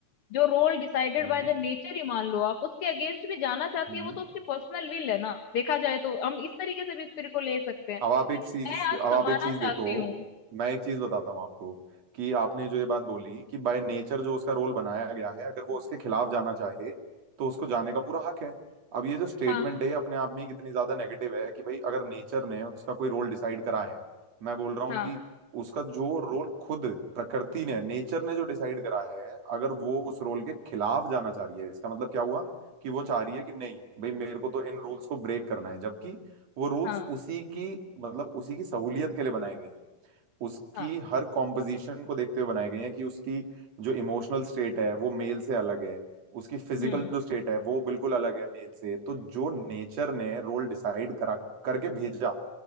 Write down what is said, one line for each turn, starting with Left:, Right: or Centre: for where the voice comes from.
Left: जो role decided
Right: हम्म
Left: by the nature ही मान लो आप उसके अगेंस्ट भी जाना चाहती
Right: हम्म
Left: है वो तो उसकी पर्सनल विल है ना देखा जाए तो हम इस तरीके से भी इस तरीके को ले सकते हैं
Right: अब आप
Left: कि
Right: एक चीज
Left: मैं आज
Right: अब
Left: कमाना
Right: आप एक चीज
Left: चाहती
Right: देखो
Left: हूँ
Right: मैं एक चीज बताता हूँ आपको कि आपने जो ये बात बोली कि बाय नेचर जो उसका रोल बनाया गया है अगर वो उसके खिलाफ जाना चाहे तो उसको जाने का पूरा हक है अब ये जो स्टेटमेंट
Left: हाँ
Right: है ये अपने आप में ही कितनी ज्यादा नेगेटिव है कि भाई अगर नेचर ने उसका कोई रोल डिसाइड करा है मैं बोल रहा हूँ
Left: हाँ
Right: कि उसका जो रोल खुद प्रकृति ने नेचर ने जो डिसाइड करा है अगर वो उस रोल के खिलाफ जाना चाह रही है इसका मतलब क्या हुआ कि वो चाह रही है कि नहीं भाई मेरे को तो इन रूल्स को ब्रेक करना है जबकि वो रूल्स
Left: हाँ
Right: उसी की मतलब उसी की सहूलियत के लिए बनाए गए हैं उसकी
Left: हाँ
Right: हर कॉम्पोजिशन को देखते हुए बनाए गए हैं कि उसकी जो इमोशनल स्टेट है वो मेल से अलग है उसकी फिजिकल
Left: हम्म
Right: जो स्टेट है वो बिल्कुल अलग है मेल से तो जो नेचर ने रोल डिसाइड करा करके भेजा